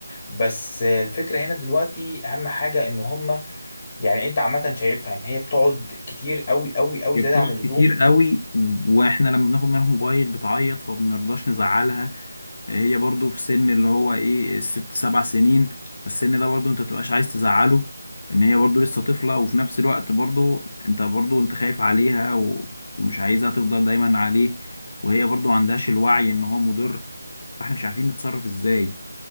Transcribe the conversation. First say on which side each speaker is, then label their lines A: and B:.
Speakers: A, on the left (about 25°); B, on the left (about 50°).
A: بس آه، الفكره هنا دلوقتي اهم حاجه ان هم يعني انت عامه شايفها ان هي بتقعد كتير قوي قوي قوي
B: هي
A: زياده
B: بتقعد
A: عن اللزوم
B: كتير قوي واحنا لما بناخد منها موبايل بتعيط فبنرضاش نزعلها هي برضو في سن اللي هو ايه الست سبع سنين فالسن ده برضو انت متبقاش عايز تزعله ان هي برضو لسه طفلة وفي نفس الوقت برضو انت برضو انت خايف عليها و- ومش عايزها تفضل دايما عليه وهي برضو ما عندهاش الوعي ان هو مضر فاحنا مش عارفين نتصرف ازاي